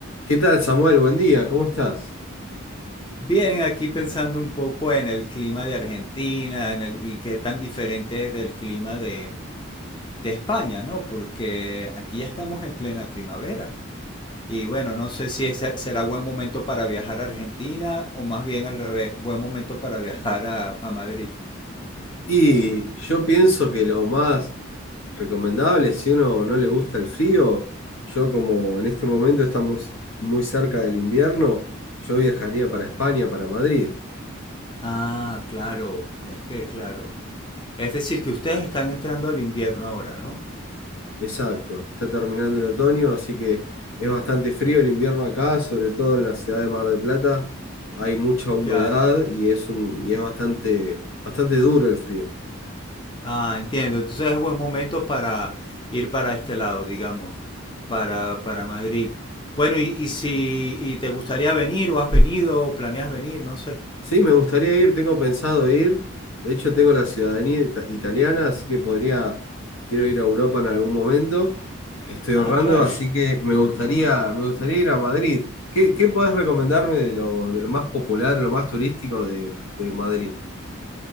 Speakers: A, on the left; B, on the left.
A: ¿Qué tal, Samuel? Buen día, ¿cómo estás?
B: Bien, aquí pensando un poco en el clima de Argentina en el, y qué tan diferente es del clima de, de España, ¿no? Porque aquí ya estamos en plena primavera. Y bueno, no sé si ese será buen momento para viajar a Argentina o más bien al revés, buen momento para viajar a, a Madrid.
A: Y yo pienso que lo más recomendable, si uno no le gusta el frío, yo como en este momento estamos muy cerca del invierno, yo viajaría para España, para Madrid.
B: Ah, claro, es que claro. Es decir, que ustedes están entrando al invierno ahora, ¿no?
A: Exacto, está terminando el otoño, así que es bastante frío el invierno acá, sobre todo en la ciudad de Mar del Plata. Hay mucha humedad
B: Ya.
A: y es un, y es bastante, bastante duro el frío.
B: Ah, entiendo. Entonces es buen momento para ir para este lado, digamos, para, para Madrid. Bueno, y, y si y te gustaría venir o has venido o planeas venir, no sé.
A: Sí, me gustaría ir, tengo pensado ir. De hecho, tengo la ciudadanía ita- italiana, así que podría, quiero ir a Europa en algún momento. Estoy ahorrando,
B: Ah, claro.
A: así que me gustaría, me gustaría ir a Madrid. ¿Qué, qué podés recomendarme de lo, de lo más popular, lo más turístico de, de Madrid?